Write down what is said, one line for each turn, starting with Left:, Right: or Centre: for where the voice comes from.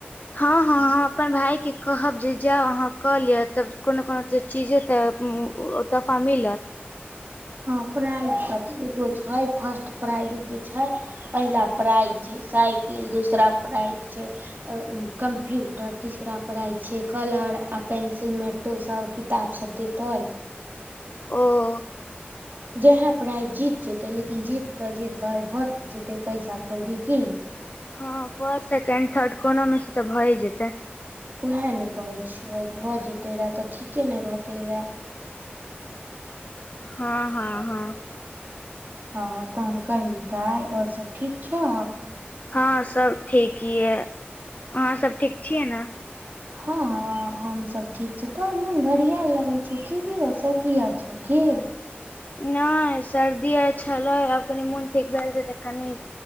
Left: हँ हँ। हम अपन भाइके कहब जे जाउ आहाँ कऽ लिअ तऽ कोनो -कोनो चीजो तऽ। तोहफा मिलत
Right: हँ प्राइज तऽ एगो छैय फर्स्ट प्राइज जे छैय। पहिला प्राइज छैय साइकिल दूसरा प्राइज छैय। कम्प्यूटर तीसरा प्राइज छैय कलर आ पेंसिल मेटो सभ किताब सब देतै।
Left: ओ,
Right: जेह प्रायज जीत जेतै, तै लेकिन जीततै जेतै, भऽत जेतै पैसा कौड़ी, की,
Left: हँ, फर्स्ट -सेकेंड- थर्ड, कोनो मे स तऽ भऐ जेतै,
Right: उएह नए कहैय छियौ, भऽ जतै रहए तऽ ठीके नहि रहतै रहए।
Left: हँ -हँ -हँ,
Right: हँ, तहन कहहि दाय, ओर सब ठीक छौ,
Left: हँ, सब ठीक यै, अहाँ सब ठीक छीयै ने,
Right: ह हँ- हँ, हमसब ठीक छी, तोहर मोन भरियाल लगै छौ, की भेलौ, सर्दी आर छौ की,
Left: नहि, सर्दी आर छलै, आब कनि मोन ठीक भेल छै, तऽ कनी